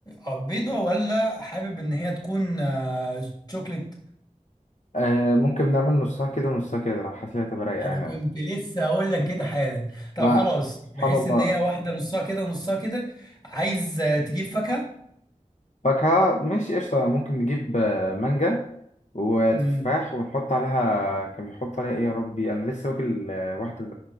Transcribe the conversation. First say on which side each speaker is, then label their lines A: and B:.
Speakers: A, on the left; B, on the left.
A: آه، بيضه ولا حابب ان هي تكون آه شوكليت
B: آه، ممكن نعمل نصها كده ونصها كده أنا حاسس إن هي هتبقى رايقه
A: انا
B: يعني
A: كنت لسه هقول لك
B: <laughs>
A: كده حالا طب
B: ما
A: خلاص
B: سبحان
A: بحيث
B: الله
A: ان هي واحده نصها كده نصها كده عايز آه، تجيب فاكهه
B: فاكهة ماشي قشطة ممكن نجيب آه، مانجا وتفاح
A: امم
B: ونحط عليها كان بيحط عليها ايه يا ربي انا لسه واكل آه، واحدة ز-